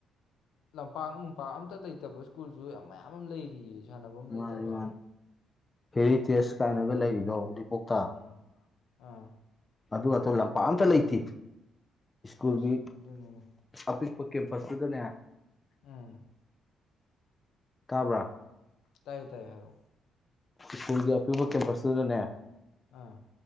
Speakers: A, on the left; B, on the left.
A: ꯂꯝꯄꯥꯛ ꯅꯨꯡꯄꯥꯛ ꯑꯝꯇ ꯂꯩꯇꯕ ꯁ꯭ꯀꯨꯜꯁꯨ ꯌꯥꯝ ꯃꯌꯥꯝ ꯑꯃ ꯂꯩꯔꯤꯌꯦ ꯁꯥꯟꯅꯐꯝ ꯂꯩꯇꯕ
B: ꯃꯥꯅꯤ ꯃꯥꯅꯤ ꯍꯦꯔꯤꯇꯦꯖ
A: ꯑꯗꯨꯕꯨ ꯀꯃꯥꯏꯅ
B: ꯀꯥꯏꯅꯒ
A: ꯇꯧꯗꯣꯏꯅꯣ
B: ꯂꯩꯔꯤꯗꯣ ꯎꯔꯤꯄꯣꯛꯇ
A: ꯎꯝ ꯑꯥ
B: ꯑꯗꯨꯒ ꯇꯨ ꯂꯝꯄꯥꯛꯝꯇ ꯂꯩꯇꯦ ꯁ꯭ꯀꯨꯜꯒꯤ
A: ꯑꯁ ꯑꯗꯨꯅꯤꯅꯦ
B: ꯑꯄꯤꯛꯄ ꯀꯦꯝꯄꯁꯇꯨꯗꯅꯦ
A: ꯎꯝ
B: ꯇꯥꯕ꯭ꯔꯥ
A: ꯇꯥꯏꯌꯦ ꯇꯥꯏꯌꯦ ꯍꯥꯏꯌ
B: ꯁ꯭ꯀꯨꯜꯒꯤ ꯑꯄꯤꯄ ꯀꯦꯝꯄꯁꯇꯨꯗꯅꯦ
A: ꯑꯥ